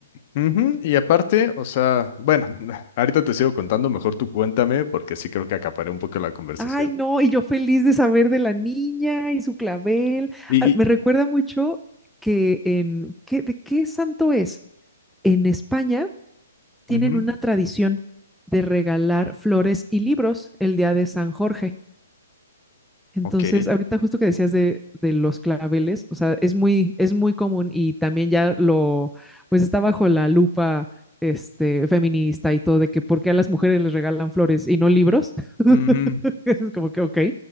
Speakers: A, on the left; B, in the centre.
A: Ujú, Y aparte, o sea, bueno, <laughs> ahorita te sigo contando, mejor tú cuéntame, porque sí creo que acaparé un poco la conversación.
B: Ay, no, y yo feliz de saber de la niña y su clavel.
A: Y,
B: Ah, Me recuerda
A: y
B: mucho que en, ¿qué, de qué santo es? En España tienen
A: ujú,
B: una tradición de regalar flores y libros el día de San Jorge. Entonces,
A: ok.
B: ahorita justo que decías de, de los claveles, o sea, es muy, es muy común y también ya lo, pues está bajo la lupa, este, feminista y todo de que por qué a las mujeres les regalan flores y no libros. <laughs>
A: ujú,
B: Es como que, ok.